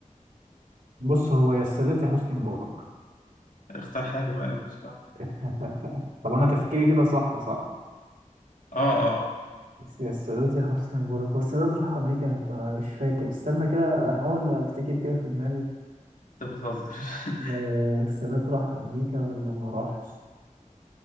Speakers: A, on the right (about 75°); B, on the left (about 75°).
A: بص هو يا السادات يا حسني مبارك
B: اختار حاجة بقى أنا ماليش دعوة
A: <laughs> طب أنا تفكيري كده صح صح؟
B: آه آه
A: يا السادات يا حسني مبارك هو السادات راح أمريكا مش فاكر استنى كده أحاول أفتكر كده في دماغي
B: أنت بتهزر <laughs>
A: آه السادات راح أمريكا ولا ما راحش؟